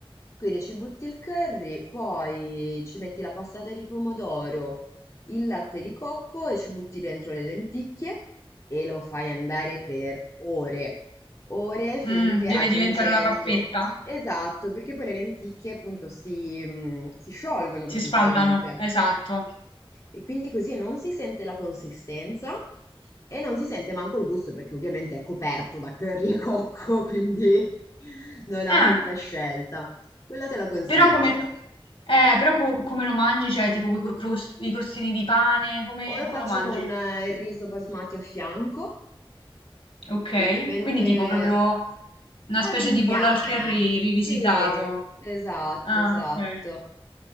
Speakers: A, on the left; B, on the left.
A: Quindi ci butti il curry, poi ci metti la passata di pomodoro, il latte di cocco e ci butti dentro le lenticchie e lo fai andare per ore, ore finché
B: Mm, deve
A: aggiungendo.
B: diventare una pappetta?
A: Esatto, perché poi le lenticchie appunto si, mm, si sciolgono praticamente.
B: Si sfaldano, esatto.
A: E quindi così non si sente la consistenza e non si sente manco il gusto, perché ovviamente è coperto da curry e cocco, quindi <laughs> non ha
B: Ah,
A: molta scelta. Quella te la consiglio.
B: Però come... Eh, però co- come lo mangi? Cioè, tipo quei cro- cros- i crostini di pane, come,
A: O lo
B: come
A: faccio
B: lo mangi?
A: con eh, il riso basmati a fianco,
B: ok.
A: solitamente
B: Quindi tipo proprio una
A: un po'
B: specie
A: l'indiana.
B: di pollo al curry rivisitato.
A: Sì, esatto,
B: Ah,
A: esatto.
B: ok.